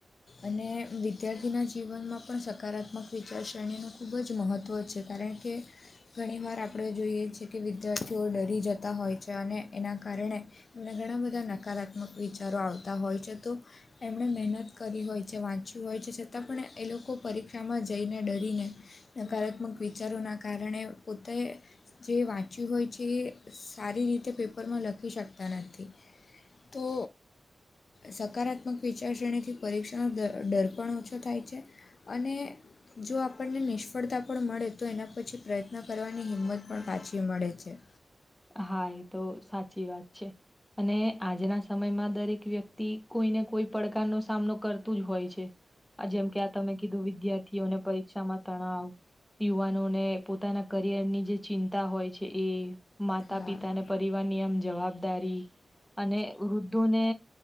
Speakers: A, on the left; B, in the centre.
A: અને વિદ્યાર્થીના જીવનમાં પણ સકારાત્મક વિચાર શરણીનું ખૂબ જ મહત્ત્વ છે. કારણ કે ઘણીવાર આપણે જોઈએ છીએ કે વિદ્યાર્થીઓ ડરી જતા હોય છે અને એના કારણે તમને ઘણા બધા નકારાત્મક વિચારો આવતા હોય છે તો એમણે મહેનત કરી હોય છે વાંચ્યું હોય છે છતાં પણ એ લોકો પરીક્ષામાં જઈને ડરીને નકારાત્મક વિચારોના કારણે પોતે જે વાંચ્યું હોય છે એ સારી રીતે પેપરમાં લખી શકતા નથી. તો સબ હકારાત્મક વિચાર શ્રેણીથી પરીક્ષાનો ડર પણ ઓછો થાય છે અને જો આપણને નિષ્ફળતા પણ મળે તો એના પછી પ્રયત્ન કરવાની હિંમત પણ પાછી મળે છે.
B: હા એ તો સાચી વાત છે અને આજના સમયમાં દરેક વ્યક્તિ કોઈ ને કોઈ પડકાર નો સામનો કરતું જ હોય છે જેમકે તમે કીધું વિદ્યાર્થીઓને પરીક્ષામાં તણાવ યુવાનોને પોતાના કરિયર ની જે ચિંતા હોય છે એ માતા
A: હા
B: પિતાને પરવાર નિયમ જવાબદારી અને વૃદ્ધોને